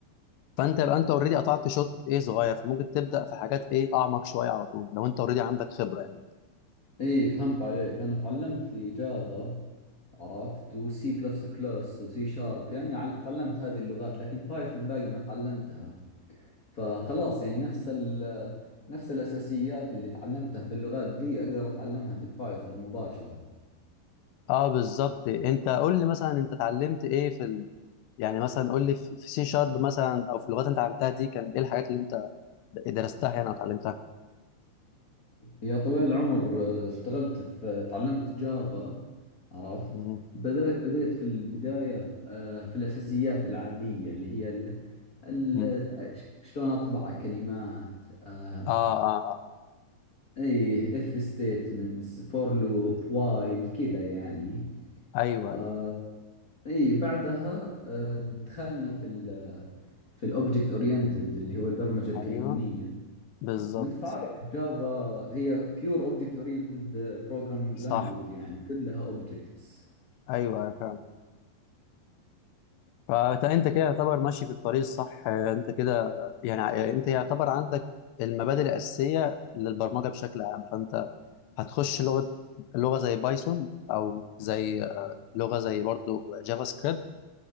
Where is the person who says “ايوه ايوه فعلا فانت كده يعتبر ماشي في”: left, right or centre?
Left